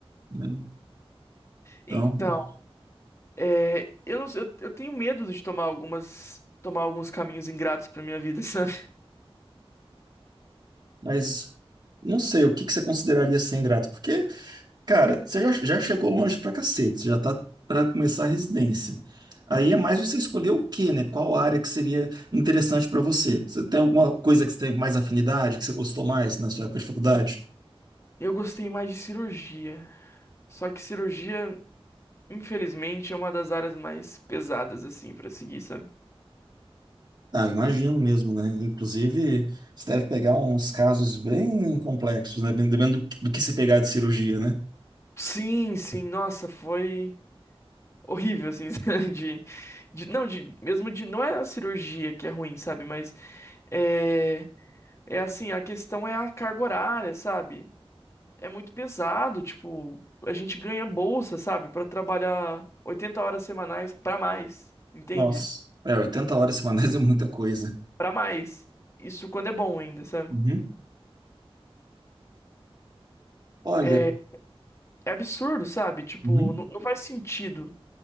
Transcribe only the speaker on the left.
Então, é, eu não sei, eu, eu tenho medo de tomar algumas, tomar alguns caminhos ingratos pra minha vida, <laughs> sabe?
Eu gostei mais de cirurgia. Só que cirurgia, infelizmente, é uma das áreas mais pesadas assim pra seguir, sabe?
Sim, sim, nossa, foi horrível, assim, <laughs> sabe? de, de, não, de, mesmo de, não é a cirurgia que é ruim, sabe, mas é, é assim, a questão é a carga horária, sabe, é muito pesado, tipo, a gente ganha bolsa, sabe, Pra trabalhar 80 horas semanais pra mais, entende?
Pra mais, isso quando é bom ainda, sabe,
é, é absurdo, sabe, tipo,
não, não faz sentido